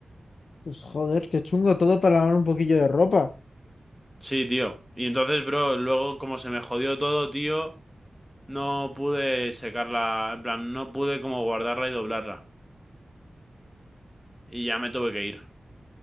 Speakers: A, on the left; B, in the centre.
A: Pues joder, qué chungo todo para lavar un poquillo de ropa.
B: Sí, tío. Y entonces, bro, luego como se me jodió todo, tío, no pude secarla, en plan, no pude como guardarla y doblarla. Y ya me tuve que ir.